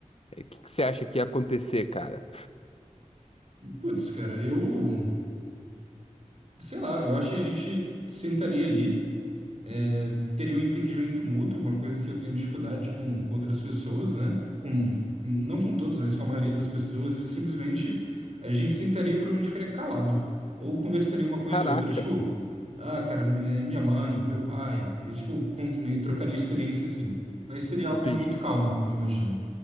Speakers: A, on the left; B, on the right.
A: É, O que que você acha que ia acontecer, cara?
B: Putz, cara, eu, sei lá, eu acho que a gente sentaria ali. é, teria um entendimento mútuo, uma coisa que eu tenho dificuldade com, com outras pessoas, né? Com, não com todos, mas com a maioria das pessoas, e simplesmente a gente sentaria e provavelmente ficaria calado. Ou conversaria uma coisa
A: Caraca!
B: ou outra, tipo, ah, cara, mi- eh, minha mãe, meu pai, e, tipo, com- e trocaria experiência assim. Mas seria algo
A: Entendi.
B: muito calmo, eu imagino.